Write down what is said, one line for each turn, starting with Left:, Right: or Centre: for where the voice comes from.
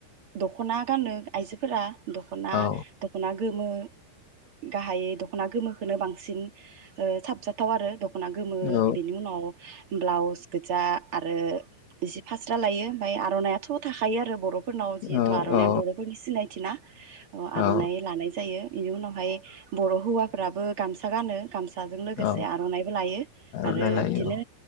Right: दख'ना गानो आइजोफोरा। दख'ना
Left: औ
Right: दख'ना गोमो गाहायै दख'ना गोमोखोनो बांसिन ओ साबजाथाव आरो दख ना गोमो
Left: औ
Right: बिनि उनाव ब्लाउस गोजा आरो जि फास्रा लायो ओमफ्राय आर'नायाथ' थाखायो आरो बर' फोरनाव जिहेतु
Left: औ
Right: आरनिया
Left: औ
Right: बर'फोर सिनाय थिना अ आर'नाइ
Left: औ
Right: लानाय जायो। इनि उनावहाय बर' हौवाफ्राबो गामसा गानो गामसा। जों लोगोसे
Left: औ
Right: आर'नाइबो लायो
Left: आर'नाइ
Right: आरो
Left: लायो
Right: इदिनो